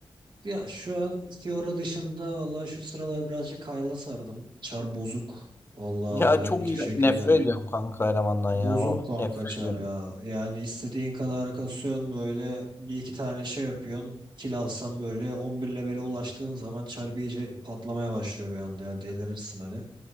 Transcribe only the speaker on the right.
ya şu an Fiora dışında valla şu sıralar birazcık Kayla sardım. Çar bozuk. Valla
hani
hiçbir
şekilde
bozuk
kanka
Çar
ya. Yani istediğin kadar kasıyorsun böyle bir iki tane şey yapıyorsun. Kill alsam böyle 11 levele ulaştığın zaman Çar bir iyice patlamaya başlıyor bir anda ya delirirsin hani.